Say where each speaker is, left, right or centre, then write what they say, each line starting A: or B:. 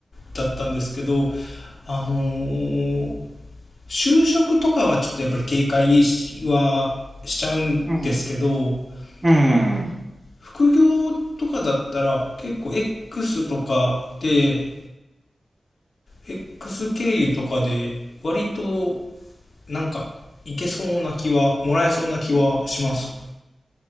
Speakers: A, on the left; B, on the right.
A: だったんですけどあのー就職とかはちょっとやっぱり警戒はしちゃうんですけど、
B: うん、う
A: あの、
B: ん。
A: 副業とかだったら結構 X とかで、X 経由とかで割となんかいけそうな気は、もらえそうな気はします。